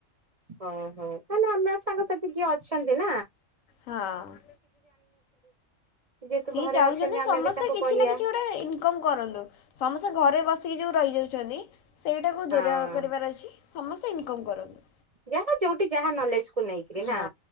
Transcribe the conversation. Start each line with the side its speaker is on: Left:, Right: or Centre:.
Right: ଓହୋ। କିଛି ଜାଣିନଥିଲୁ
Left: ହଁ
Right: ଯେହେତୁ
Left: ସିଏ
Right: ଘରେ
Left: ଚାହୁଁଛନ୍ତି
Right: ଅଛନ୍ତି ଆମେ
Left: ସମସ୍ତେ
Right: ବି ତାଙ୍କୁ
Left: କିଛି
Right: କହିଆ?
Left: ନା କିଛି ଗୋଟେ ଇନକମ କରନ୍ତୁ ସମସ୍ତେ ଘରେ ବସିକି ଯୋଉ ରହିଯାଉଛନ୍ତି। ସେଇଟାକୁ
Right: ହଁ।
Left: ଦୂର କରିବାର ଅଛି ସମସ୍ତେ ଇନକମ୍ କରନ୍ତୁ।
Right: ଯାହା ଯୋଉଠି ଯାହା ନଲେଜକୁ ନେଇକରି
Left: ହଁ
Right: ନା।